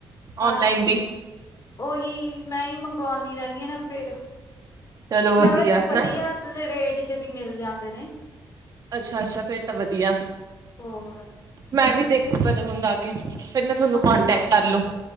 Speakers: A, on the left; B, on the right.
A: ਹਾਂਜੀ
B: ਔਨਲਾਈਨ ਦੀ
A: ਓਹੀ ਮੈਂ ਹੀ ਮੰਗਵਾਉਂਦੀ ਰਹਿੰਦੀ ਹਾਂ ਨਾ ਫੇਰ
B: ਚਲੋ ਵਧੀਆ
A: ਨਾਲੇ ਇਹ
B: ਹਨਾ
A: ਵਧੀਆ ਰੇਟ ਵਿੱਚ ਵੀ ਮਿਲ ਜਾਂਦੇ ਨੇ
B: ਅੱਛਾ-ਅੱਛਾ ਫੇਰ ਤਾਂ ਵਧੀਆ
A: ਹੋਰ
B: ਮੈਂ ਵੀ ਦੇਖ ਮੈਂ ਤਾਂ। ਮੰਗਵਾ ਕੇ ਫਿਰ ਮੈਂ ਤੁਹਾਨੂੰ
A: ਹਾਂਜੀ
B: ਕੋਂਟੈਕਟ ਕਰ ਲੂੰ,